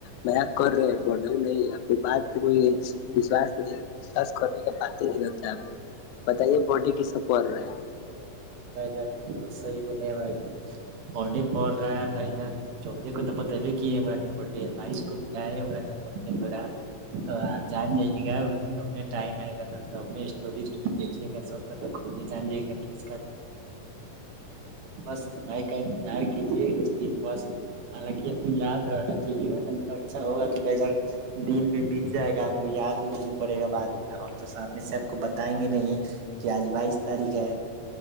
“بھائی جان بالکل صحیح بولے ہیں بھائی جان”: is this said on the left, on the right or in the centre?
Right